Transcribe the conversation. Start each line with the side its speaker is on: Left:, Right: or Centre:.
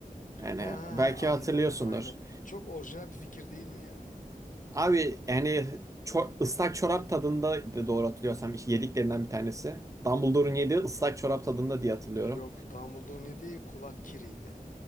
Right: Yani
Left: Ha, ha,
Right: belki
Left: ha,
Right: hatırlıyorsundur.
Left: aynen aynen. Çok orijinal bir fikir değil mi ya?
Right: Abi yani ço- ıslak çorap tadında doğru hatırlıyorsam yediklerinden bir tanesi. Dumbledore'un yediği ıslak çorap tadında diye hatırlıyorum.
Left: Yok Dumbledore ne diye kulak kiriydi.